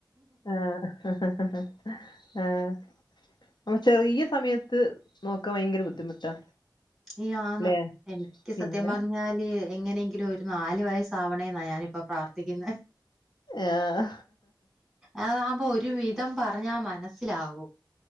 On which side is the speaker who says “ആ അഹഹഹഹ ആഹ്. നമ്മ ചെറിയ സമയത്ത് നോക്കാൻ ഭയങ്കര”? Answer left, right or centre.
Left